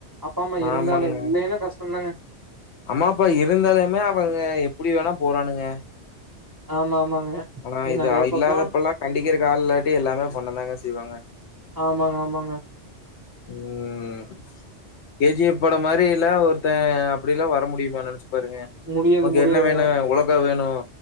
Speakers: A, on the right; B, on the left.
A: அப்பா அம்மா இருந்தாலே
B: ஆமாங்க.
A: இல்லேன்னா கஷ்டந்தாங்க
B: அம்மா அப்பா இருந்தாலுமே அவங்க எப்படி வேணா போறானுங்க
A: ஆமா ஆமாங்க
B: ஆனா இது
A: நெறைய
B: இல்லாதப்பலால்லாம்
A: பக்கோ
B: கண்டிக்கறதுக்கு ஆள் இல்லாட்டி எல்லாமே பண்ண தாங்க செய்வாங்க
A: ஆமாங்க ஆமாங்க
B: ம் கே ஜி எஃப் பட மாரில்லாம் ஒருத்தன் அப்டிலாம் வர முடியுமா நனைச்சு பாருங்க
A: முடியாது
B: ஓகே
A: முடியாதுங்க
B: என்ன வேணு ஒலக்கா வேணும்